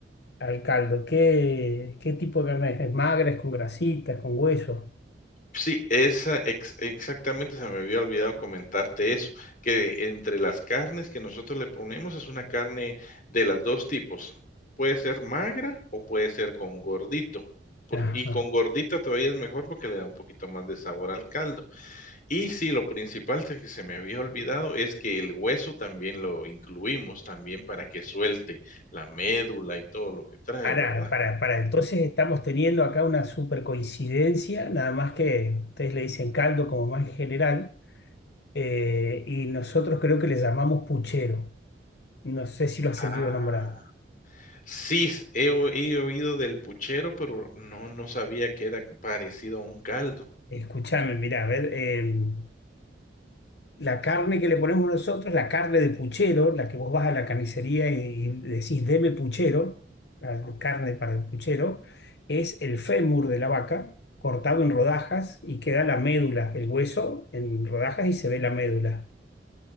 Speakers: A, on the left (about 65°); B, on the left (about 45°).
A: al caldo. ¿Qué, qué tipo de carne es? ¿Es magra? ¿Es con grasitas? ¿Con hueso?
B: Sí, esa ex exactamente se me había olvidado comentarte eso, que entre las carnes que nosotros le ponemos es una carne de las 2 tipos, puede ser magra o puede ser con gordito, por
A: Ajá.
B: y con gordito todavía es mejor porque le da un poquito más de sabor al caldo. Y sí, lo principal se que se me había olvidado es que el hueso también lo incluimos, también para que suelte la médula y todo lo que trae,
A: Pará,
B: ¿verdad?
A: pará, pará. Entonces estamos teniendo acá una super coincidencia, nada más que ustedes le dicen caldo como más en general, eh, y nosotros creo que le llamamos puchero. No sé si lo has
B: Ah.
A: sentido nombrar.
B: Sí, s- he, o- he oído del puchero, pero no, no sabía que era parecido a un caldo.
A: Escúchame, mirá, a ver. em, La carne que le ponemos nosotros, la carne de puchero, la que vos vas a la carnicería y, y decís, deme puchero, la carne para el puchero, es el fémur de la vaca cortado en rodajas y queda la médula, el hueso en rodajas y se
B: Ujú.
A: ve la médula.